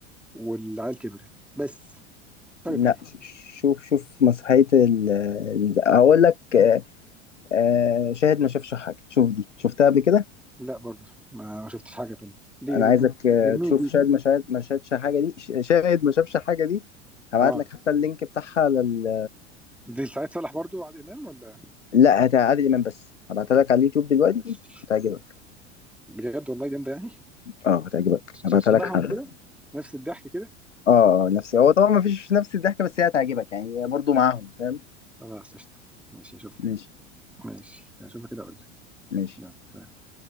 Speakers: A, in the centre; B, on the left.
A: والعيال كبرت بس حاجه
B: لا
A: تانية
B: ش- شوف شوف مسرحيه ال- ال- هقول لك آه آه شاهد ما شافش حاجه شوف دي شفتها قبل كده
A: لا برضه ما ما شفتش حاجه تانية دي
B: انا
A: دي
B: عايزك
A: دي,
B: آه،
A: دي لمين
B: تشوف
A: دي
B: شاهد ما شاهد ما شاهدش حاجه دي ش- شاهد ما شافش حاجه دي هبعت
A: اه
B: لك حتى اللينك بتاعها لل
A: دي سعيد صالح برضه وعادل امام ولا
B: لا هت عادل امام بس هبعتها لك على اليوتيوب دلوقتي
A: ماشي
B: هتعجبك
A: بجد والله جامده يعني
B: اه هتعجبك
A: شف-
B: هبعتها
A: شبههم
B: لك حالا
A: كده نفس الضحك كده
B: اه اه نفسي هو طبعا ما فيش نفس الضحكه بس هي هتعجبك يعني هي برضه معاهم فاهم
A: خلاص قشطه ماشي اشوفها
B: ماشي
A: ماشي اشوفها كده اقول لك
B: ماشي
A: يلا